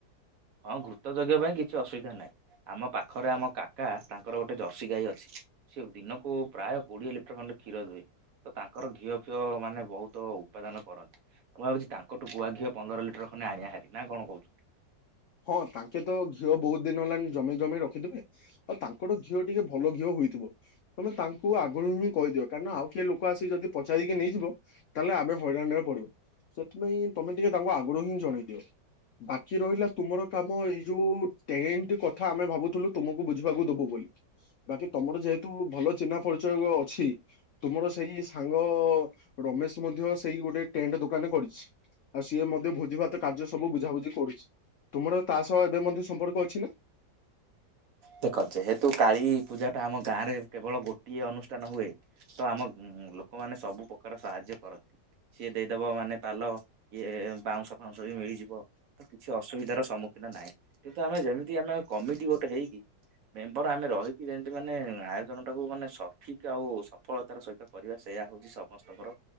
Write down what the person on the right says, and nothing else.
ହଁ ଘୃତ ଯଜ୍ଞ ପାଇଁ କିଛି ଅସୁବିଧା ନାହିଁ। ଆମ ପାଖରେ ଆମ କାକା ତାଙ୍କର ଗୋଟେ ଜର୍ସି ଗାଈ ଅଛି। ସେ ଦିନକୁ ପ୍ରାୟ କୋଡ଼ିଏ ଲିଟର ଖଣ୍ଡେ କ୍ଷୀର ଦିଏ। ତ ତାଙ୍କର ଘିଅ ଫିଅ ମାନେ ବହୁତ ଉପାଦାନ କରନ୍ତି‌। ମୁଁ ଭାବୁଚି ତାଙ୍କ ଠୁ ଗୁଆଘିଅ ପନ୍ଦର ଲିଟର ଖଣ୍ଡେ ଆଣିଆ ହାରି ନା କଣ କହୁଛୁ?
ଦେଖ ଯେହତୁ କାଳୀ ପୂଜା ଟା ଆମ ଗାଁରେ କେବଳ ଗୋଟିଏ ଅନୁଷ୍ଠାନ ହୁଏ। ତ ଆମ ଲୋକମାନେ ସବୁ ପ୍ରକାର ସାହାଯ୍ୟ କରନ୍ତି। ସିଏ ଦେଇଦବ ମାନେ ପାଲ ଇଏ ବାଉଁଶ ଫାଉଁଶ ବି ମିଳିଯିବ ତ କିଛି ଅସୁବିଧାର ସମ୍ମୁଖୀନ୍ ନାଇଁ କିନ୍ତୁ ଆମେ ଯେମିତି ଆମେ କମିଟି ଗୋଟେ ହେଇକି ମେମ୍ବର ଆମେ ରହିକି ଯେମତି ମାନେ ଆୟୋଜନ ଟାକୁ ମାନେ ସଠିକ୍ ଆଉ ସଫଳତାର ସହିତ କରି ସେୟା ହଉଛି ସମସ୍ତଙ୍କର